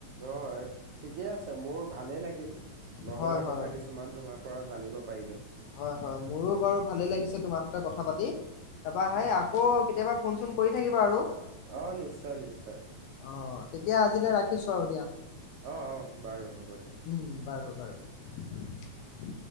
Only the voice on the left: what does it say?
হয় হয়
হয় হয় মোৰো বাৰু ভালে লাগিছে ত তোমাৰহতে কথা। কথা পাতি তাৰপা
সেই আকৌ কেতিয়াবা। ফোন চোন কৰি থাকিবা আৰু
অ তেতিয়া আজিলৈ ৰাখিছো আৰু দিয়া
উম বাৰু বাৰু। <unintelligible>